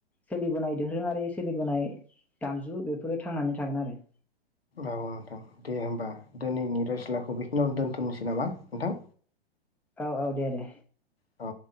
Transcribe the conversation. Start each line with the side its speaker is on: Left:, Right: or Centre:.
Centre: सोलिबोनाय दोहोरोङारि सोलिबोनाय दामजु बेफोरो थांनानै थागोन आरो।
Left: औ नोंथां दे होमबा दोनैनि रायस्लाखौ बेखिनियावनो दोन्थनोसै नामा नोंथां
Centre: औ औ दे दे
Left: अ